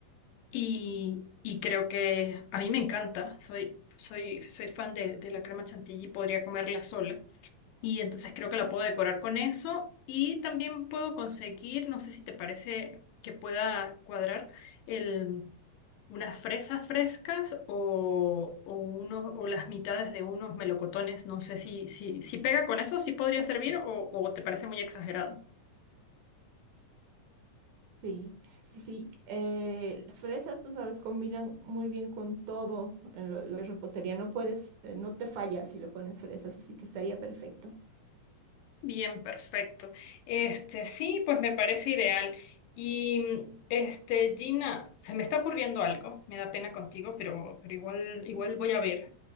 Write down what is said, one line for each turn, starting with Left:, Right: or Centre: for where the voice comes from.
Left: Y, y creo que a mí me encanta. Soy, soy, soy fan de, de la crema chantilly, podría comerla sola. Y entonces creo que la puedo decorar con eso. Y también puedo conseguir, no sé si te parece que pueda cuadrar, el, unas fresas frescas o, o, uno, o las mitades de unos melocotones. No sé si, si, si pega con eso, si podría servir o, o te parece muy exagerado.
Right: Sí, sí, sí. eh, las fresas, tú sabes, combinan muy bien con todo en lo, lo que es repostería. No puedes, eh, no te falla si le pones fresas, así que estaría perfecto.
Left: Bien, perfecto. Este, sí, pues me parece ideal. Y mm, este, Gina, se me está ocurriendo algo. Me da pena contigo, pero, pero igual, igual voy a ver.